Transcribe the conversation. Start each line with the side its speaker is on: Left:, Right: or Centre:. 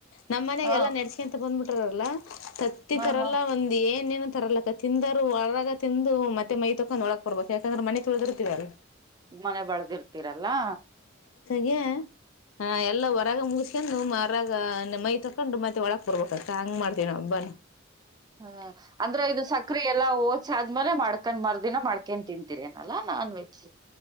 Left: ನಮ್ಮ ಮನೆಗೆಲ್ಲಾ
Right: ಹ
Left: ನಡ್ಸ. ತ್ತ ಬಂದ್ ಬಿಟಾರಲ್ಲಾ ತತ್ತಿ
Right: ಹಾ
Left: ತರಲ್ಲ
Right: ಹಾ
Left: ಒಂದ ಏನೇನು ತರಲ್ಲಕ್ಕಾ ತಿಂದ ಒರಗ ತಿಂದು ಮತ್ತೆ ಮೈ ತಕ್ಕೊಂಡ ಒಳಾಕ್ ಬರ್ಬೇಕು ಯಾಕಂದ್ರ ಮನೆ ತೊಳಿದಿರ್ತಿವಲ್ಲ
Right: ಮನೆ ಬಳದಿರ್ತೀರಲ್ಲಾ
Left: ಗೆ ಹ ಎಲ್ಲ ಹೊರಗ ಮುಗಿಸಿಗ್ಯೆಂಡ ಹೊರಗ ಮೈ ತೊಕೊಂಡು ಮತ್ತೆ ಒಳಕ್ ಬರ್ಬೇಕಕ್ಕಾ ಹಂಗ್ ಮಾಡ್ತೀವಿ ಹಬ್ಬಾನ
Right: ಹ್ಮ ಅಂದ್ರೆ ಇದು ಸ ಬಕ್ರಿ ಎಲ್ಲ ಓದ್ಸಿ ಆದ್ಮೇಲೆ ಮಾಡ್ಕೊಂಡ್ ಮರ್ದಿನ ಮಾಡ್ಕೊಂಡ ತಿಂತೀರೇನಲ್ಲಾ ನಾನ್ ವೆಜ್